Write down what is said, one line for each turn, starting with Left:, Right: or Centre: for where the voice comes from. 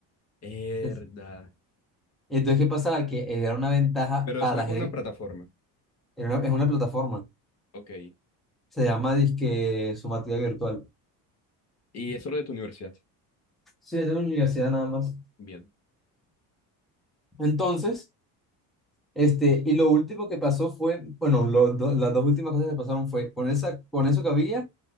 Left: Verdad.
Centre: Entonces, entonces, ¿qué pasaba? Que era una ventaja
Left: Pero
Centre: para
Left: eso era
Centre: la
Left: con
Centre: gente,
Left: una plataforma.
Centre: era una- es una plataforma,
Left: Ok.
Centre: se llama disque Sumativa Virtual.
Left: Y eso lo de tu universidad.
Centre: Sí, es de la universidad nada más.
Left: Bien.
Centre: Entonces, este, y lo último que pasó fue, bueno, lo- do- las dos últimas cosas que pasaron fue con esa, con eso que había.